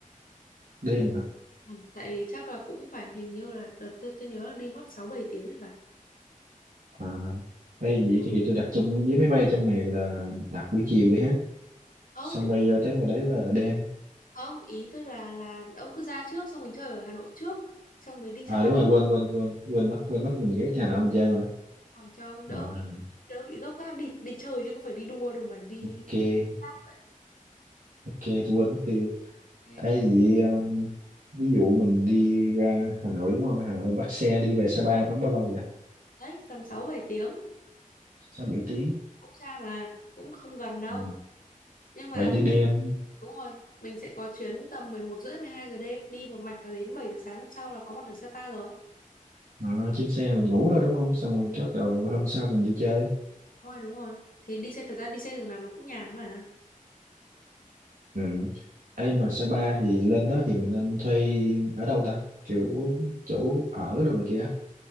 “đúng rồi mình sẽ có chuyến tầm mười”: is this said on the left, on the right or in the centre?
Left